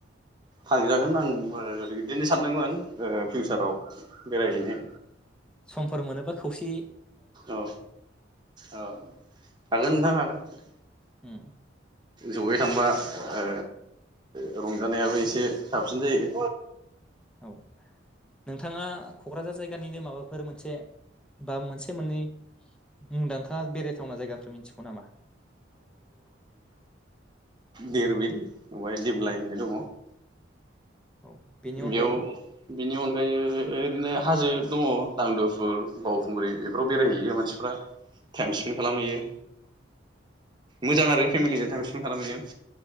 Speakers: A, on the right (about 25°); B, in the centre.
A: फागजागोन आं बो इदिनो सानदोंमोन। ओ फिउसाराव बेरायहैनो।
B: समफोर मोनोबा खौसेयै
A: औ औ हागोन नोंथां हागोन।
B: उम।
A: जयै थांबा ओ ओ रंजानायाबो एसे साबसिन जायो।
B: औ नोंथाङा क'क्राझार जायगानिनो माबाफोर मोनसे बा मोनसे मोननै मुंदांखा बेरायथावना जायगाफोर मिथिगौ नामा।
A: देरबिल ओफाय दिबलाय होननाय दङ।
B: औ बेनि अनगायै
A: बेयाव बिनि अनग ओमफायो ओरैनो हाजो दङ' दांदोफोर बावखुंग्रि इफोराव बेरायहैयो मानसिफ्रा। टाइम
B: औ
A: स्पेन्ड खालामहैयो। मोजां आरो फेमिलिजों टाइम स्पेन्ड खालामहैनो।